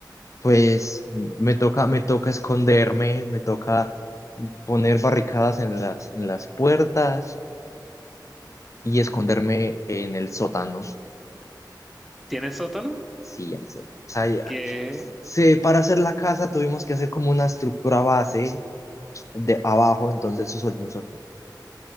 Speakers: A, on the left (about 45°); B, in the centre.
A: pues m- me toca, me toca esconderme, me toca poner barricadas en las, en las puertas y esconderme en el sótano.
B: ¿Tienes sótano?
A: Sí, ahí so- o sea, ya-
B: Qué,
A: se- para hacer la casa tuvimos que hacer como una estructura base de abajo, entonces eso es un sótano.